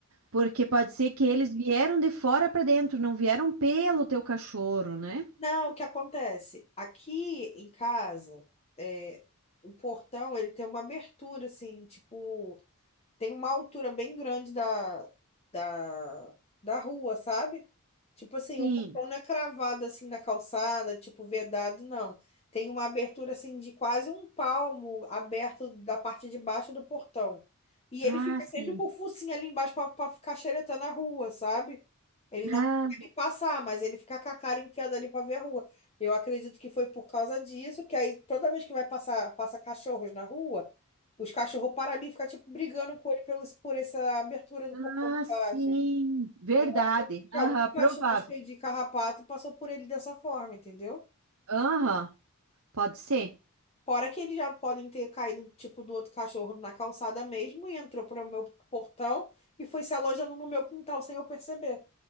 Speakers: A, on the right; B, on the left.
A: Porque pode ser que eles vieram de fora para dentro, não vieram pelo teu cachorro, né?
B: Não, o que acontece? Aqui em casa, é, o portão, ele tem uma abertura, assim, tipo... tem uma altura bem grande da, da, da rua, sabe? Tipo assim,
A: Sim.
B: o portão não é cravado assim na calçada, tipo vedado, não. Tem uma abertura assim de quase um palmo aberto da parte de baixo do portão. E
A: Ah,
B: ele fica
A: sim.
B: sempre com o focinho ali embaixo pra, pra ficar xeretando a rua, sabe? Ele não
A: Ah,
B: consegue passar, mas ele fica com a cara enfiada ali pra ver a rua. Eu acredito que foi por causa disso, que aí toda vez que vai passar, passa cachorros na rua. Os cachorros param ali e ficam, tipo, brigando com ele pelo, por essa abertura do
A: ah,
B: portão de
A: sim.
B: baixo.
A: Verdade.
B: E eu acredito que
A: Aham,
B: algum
A: provável.
B: cachorro cheio de carrapato passou por ele dessa forma, entendeu?
A: Aham, pode ser.
B: Fora que eles já podem ter caído, tipo, do outro cachorro na calçada mesmo e entrou para o meu portão e foi se alojando no meu quintal sem eu perceber,